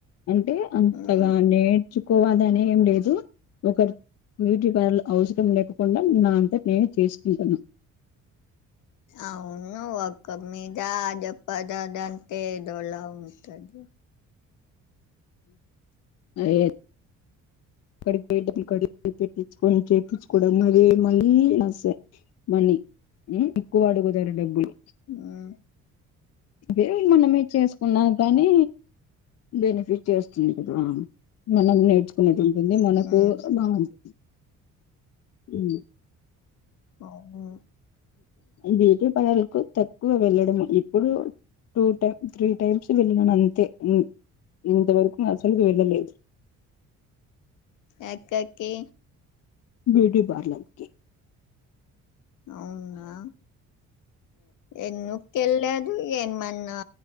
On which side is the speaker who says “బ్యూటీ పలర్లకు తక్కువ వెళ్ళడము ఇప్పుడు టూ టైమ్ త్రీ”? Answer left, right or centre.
Left